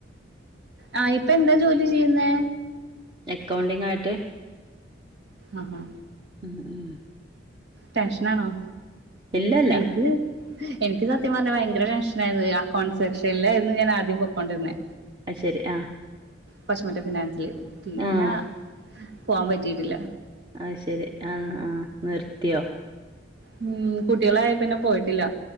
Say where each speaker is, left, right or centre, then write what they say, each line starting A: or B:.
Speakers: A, on the right; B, on the right.
A: ആഹ് ഇപ്പ എന്താ ജോലി ചെയ്യുന്നേ
B: എക്കൗണ്ടിംഗായിട്ട്
A: ആഹാ
B: ഉം ഉം
A: ടെൻഷ്നാണോ
B: ഇല്ലല്ല
A: എനിക്കും എനിക്ക് സത്യം പറഞ്ഞാൽ ഭയങ്കര ടെൻഷ്നായിയിരുന്നു അക്കൗണ്ട് സെക്ഷൻലായിരുന്നു ഞാൻ ആദ്യം പൊക്കോണ്ടിരുന്നേ
B: അയ്ശരി ആഹ്
A: കൊശമറ്റം ഫിനാൻസില് പിന്ന
B: ആഹ്
A: പോവാൻ പറ്റീട്ടില്ല
B: അയ്ശരി ആഹ് ആഹ് നിർത്തിയോ
A: ഉം കുട്ടികളായേ പിന്ന പോയിട്ടില്ല